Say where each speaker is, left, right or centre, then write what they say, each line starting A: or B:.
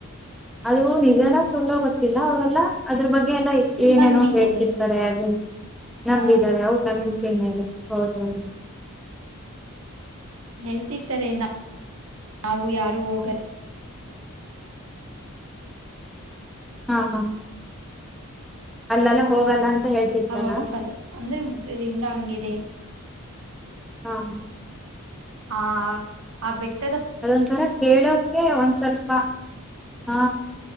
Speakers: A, in the centre; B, on the right.
A: ಅದು ನಿಜನ ಸುಲ್ಲೋ ಗೊತ್ತಿಲ್ಲ ಅವ್ರಲ್ಲಾ ಅದ್ರ ಬಗ್ಗೆ ಗೆಲ್ಲ ಏನೇನೋ
B: ನಂಬಿದರೆ
A: ಹೇಳ್ತಿರ್ತಾರೆ ಅದ ನಂಬಿದ್ದಾರೆ
B: ಹ
A: ಹೌದ ನಂಬಿಕೆ ಮೇಲೆ ಹೋದ್ರು
B: ಹೇಳ್ತಿರ್ತಾರೆಏನ ನಾವು ಯಾರು ಹೋಗಲ್ಲ
A: ಹಾ ಹಾ ಅಲ್ಲಲ್ಲ ಹೋಗಲ್ಲ ಹೇಳ್ತಿರ್ತಾರ
B: ಆವಾಗ ಫಸ್ ಅಂದ್ರೆ ಮತ್ತರಿದ ಹಂಗಿದೆ
A: ಹಾ ಹಾ
B: ಹಾ ಆ ಬೆಟ್ಟ
A: ಅದೊಂದಂತರ ಕೇಳೋಕೆ ಒಂದ್ ಸ್ವಲ್ಪಾ ಹಾ